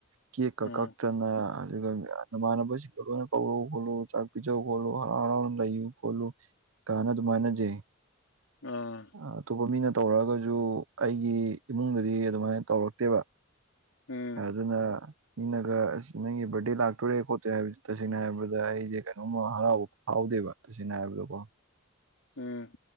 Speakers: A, on the right; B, on the left.
A: ꯀꯦꯛꯀ
B: ꯎꯝ
A: ꯀꯛꯇꯅ ꯑꯗꯨꯒ ꯅꯃꯥꯟꯅꯕꯁꯤꯡꯒ ꯂꯣꯏꯅ ꯀꯧꯔꯨ ꯈꯣꯠꯂꯨ ꯆꯥꯛ ꯄꯤꯖꯧ ꯈꯣꯠꯂꯨ ꯍꯔꯥꯎ ꯍꯔꯥꯎ, ꯂꯩꯨ ꯀꯣꯂꯨ ꯀꯅ ꯑꯗꯨꯃꯥꯏꯅꯖꯦ <unintelligible>
B: ꯑꯥ
A: ꯑꯥ ꯑꯇꯣꯞꯄ ꯃꯤꯅ ꯇꯧꯔꯛꯑꯒꯁꯨ ꯑꯩꯒꯤ ꯏꯃꯨꯡꯗꯗꯤ ꯑꯗꯨꯃꯥꯏꯅ ꯇꯧꯔꯛꯇꯦꯕ꯫
B: ꯎꯝ
A: ꯑꯗꯨꯅ ꯃꯤꯅꯒ ꯑꯁ ꯅꯪꯒꯤ ꯕꯥꯔꯗꯦ ꯂꯥꯛꯇꯣꯔꯦ ꯈꯣꯠꯇꯣꯔꯦ ꯍꯥꯏꯕꯁꯤ ꯇꯁꯦꯡꯅ ꯍꯥꯏꯕꯗ ꯑꯩꯁꯦ ꯀꯩꯅꯣꯝꯃ ꯍꯔꯥꯎꯕ ꯐꯥꯎꯗꯦꯕ꯫ ꯇꯁꯦꯡꯅ ꯍꯥꯏꯕꯗꯥꯀꯣ꯫
B: ꯎꯝ